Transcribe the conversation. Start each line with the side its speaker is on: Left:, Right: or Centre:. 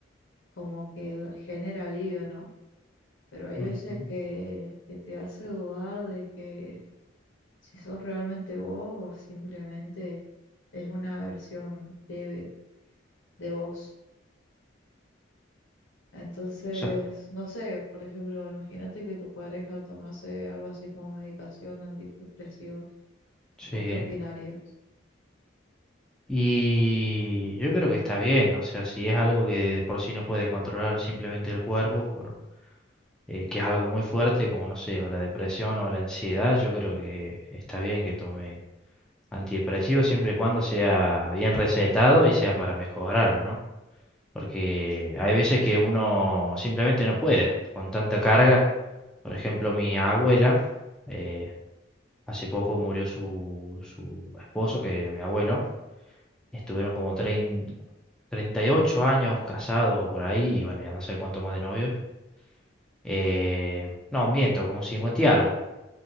Left: como que genera alivio, ¿no? Pero hay
Centre: Ujú,
Left: veces
Centre: o
Left: que, que te hace dudar de que si sos realmente vos o simplemente es una versión leve de vos. Entonces,
Centre: sea,
Left: no sé, por ejemplo, imagínate que tu pareja tomase algo así como medicación antidepresivos.
Centre: sí.
Left: ¿Vos qué opinarías?
Centre: Y yo creo que está bien, o sea, si es algo que de por sí no puede controlar simplemente el cuerpo, por, eh, que es algo muy fuerte, como no sé, o la depresión o la ansiedad, yo creo que está bien que tome antidepresivos siempre y cuando sea bien recetado y sea para mejorarlo, ¿no? Porque hay veces que uno simplemente no puede con tanta carga. Por ejemplo, mi abuela, eh, hace poco murió su, su esposo, que era mi abuelo Estuvieron como trein- 38 años casados o por ahí, y bueno, ya no sé cuánto más de novios. Eh, no, miento, como 50 y algo.